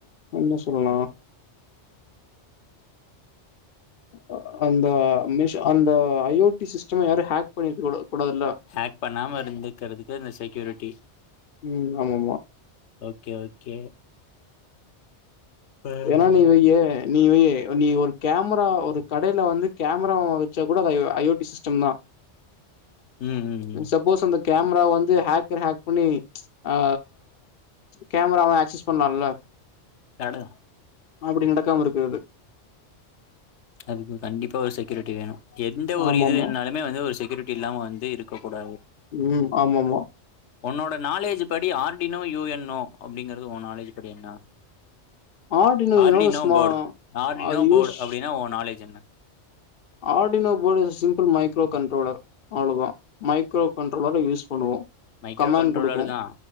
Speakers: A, on the left (about 55°); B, on the left (about 75°).
A: என்ன சொல்லலா அ அந்த மிஷி அந்த ஐ ஓ டி சிஸ்டம் யாரும் ஹாக் பண்ணி இருக்க கூட கூடாதுல
B: ஹேக் பண்ணாம இருந்துக்கிறதுக்கு இந்த செக்யூரிட்டி
A: ம் ஆமாமா
B: ஓகே ஓகே ம்
A: ஏன்னா நீ வையே நீ வை நீ ஒரு கேமரா ஒரு கடையில வந்து கேமரா வச்சா கூட அத I I O T system தா
B: ம் ம்
A: சப்போஸ் அந்த கேமரா வந்து ஹேக்கர் ஹேக் பண்ணி அ கேமரா ஆக்சஸ் பண்ணலாம்ல
B: <inaudible>
A: அப்டி நடக்காம இருக்கிறது
B: அதுக்கு கண்டிப்பா ஒரு செக்யூரிட்டி வேணு எந்த ஒரு
A: ஆமாமா
B: இது வேணுனாலு இனிமே வந்து ஒரு செக்யூரிட்டி இல்லாம வந்து இருக்க கூடாது
A: ம் ஆமாமா
B: ஒன்னோட நாலேஜ் படி ஆர்டினோ யூஎன்னோ அப்டிங்கறது உன் நாலேஜ் படி என்ன
A: ஆர்டினோ
B: ஆர்டிநோ
A: யூனோ ஸ்மா
B: போர்டு ஆர்டி
A: அது
B: நோ
A: யூஸ்
B: போர்டு அப்டின்னா உ நாலேஜ் என்ன
A: Arduino board simple micro controller அவ்ளோதா மைக்ரோ கண்ட்ரோலர யூஸ் பண்ணுவோ
B: மைக்ரோ
A: கமாண்ட்
B: கண்ட்ரோலர்
A: குடுக்கு
B: தா